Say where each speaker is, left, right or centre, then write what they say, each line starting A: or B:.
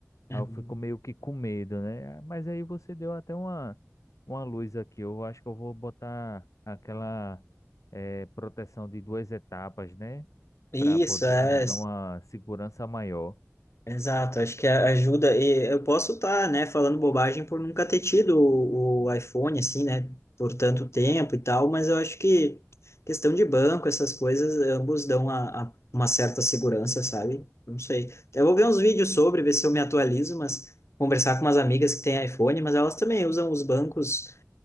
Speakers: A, on the left (about 55°); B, on the left (about 75°).
A: Uhum.
B: Aí eu fico meio que com medo, né? Mas aí você deu até uma, uma luz aqui. Eu acho que eu vou botar aquela eh, proteção de duas etapas, né?
A: Isso,
B: Para poder
A: é.
B: dar uma segurança maior.
A: Exato, acho que a- ajuda. E eu posso estar, né, falando bobagem por nunca ter tido o, o iPhone, assim, né, por tanto tempo e tal, mas eu acho que questão de banco, essas coisas, ambos dão a, a- uma certa segurança, sabe? Não sei. Eu vou ver uns vídeos sobre, ver se eu me atualizo, mas conversar com umas amigas que têm iPhone, mas elas também usam os bancos,